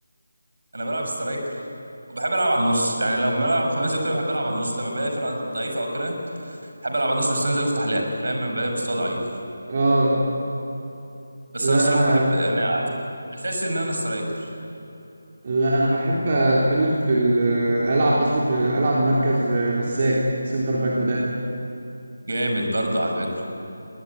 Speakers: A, on the right (about 60°); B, on the right (about 35°).
A: انا بلعب سترايكر وبحب العب على النص يعني لما بلعب خماسي وكده بحب العب على النص لما بلاقي فرقه ضعيفه او كده بحب العب على النص عشان انزل افتح لعب فاهم لما بلاقي مستوى ضعيف
B: اه
A: بس
B: لا
A: انا الصراحه
B: انا
A: بحب انا اساسي ان انا سترايكر
B: لا انا بحب اتكلم في ال- العب قصدي في العب مركز آه، مساك سنتر باك مدافع
A: جامد برضه على فكره